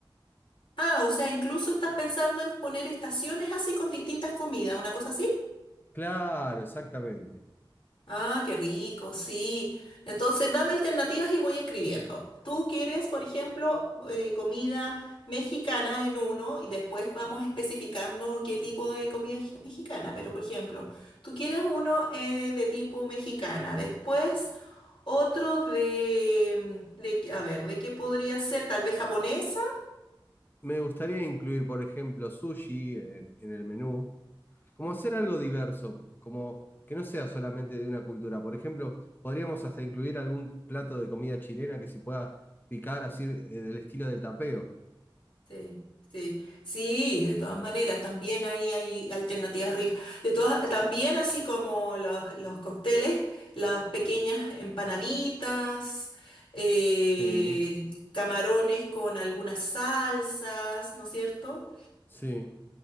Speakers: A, on the left; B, on the left.
A: Ah, o sea, incluso estás pensando en poner estaciones así con distintas comidas, una cosa así.
B: Claro, exactamente.
A: Ah, qué rico, sí. Entonces, dame alternativas y voy escribiendo. Tú quieres, por ejemplo, eh, comida mexicana en uno y después vamos especificando qué tipo de comida gi- mexicana. Pero, por ejemplo, tú quieres uno eh, de tipo mexicana, después otro de, de, a ver, ¿de qué podría ser? Tal vez japonesa.
B: Me gustaría incluir, por ejemplo, sushi eh, en el menú, como
A: Ujú.
B: hacer algo diverso, como que no sea solamente de una cultura. Por ejemplo, podríamos hasta incluir algún plato de comida chilena que se pueda picar así eh, del estilo del tapeo.
A: Sí, sí, sí, de todas maneras, también ahí hay alternativas ricas. De todas, también así como los, los cócteles, las pequeñas empanaditas, eh,
B: Sí,
A: camarones con algunas salsas, ¿no es cierto?
B: sí,